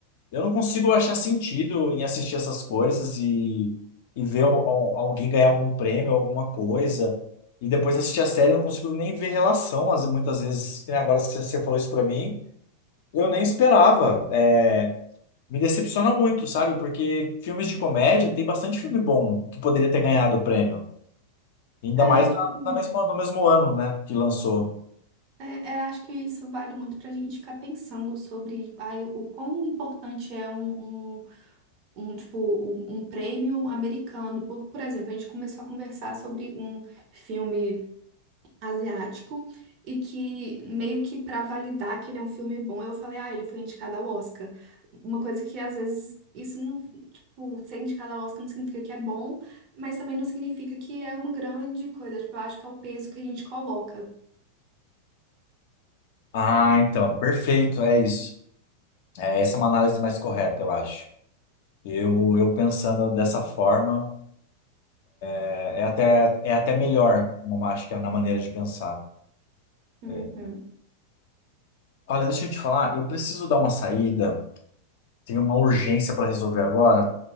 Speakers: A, on the left (about 50°); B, on the right (about 40°).
A: Eu não consigo achar sentido em assistir essas coisas e, e ver al- al- alguém ganhar algum prêmio, alguma coisa. E depois assistir a série, eu não consigo nem ver relação. Às- Muitas vezes, que nem agora que você falou isso pra mim, eu nem esperava. É, me decepciona muito, sabe? Porque filmes de comédia, tem bastante filme bom que poderia ter ganhado o prêmio. Ainda
B: É,
A: mais na,
B: tipo assim,
A: na mesma, no mesmo ano, né, que lançou.
B: é, é, acho que isso vale muito pra gente ficar pensando sobre ai, o quão importante é um, um, um, tipo, um, um prêmio americano. Por, por exemplo, a gente começou a conversar sobre um filme. asiático e que meio que pra validar que ele é um filme bom, eu falei, ah, ele foi indicado ao Oscar. Uma coisa que às vezes isso não, tipo, ser indicado ao Oscar não significa que é bom, mas também não significa que é uma grande coisa. Tipo, eu acho que é o peso que a gente coloca.
A: Ah, então, perfeito, é isso. É, essa é uma análise mais correta, eu acho. Eu, eu pensando dessa forma. É é até, é até melhor, como acho que é na maneira de pensar.
B: Uhum.
A: É. Olha, deixa eu te falar, eu preciso dar uma saída, tenho uma urgência para resolver agora,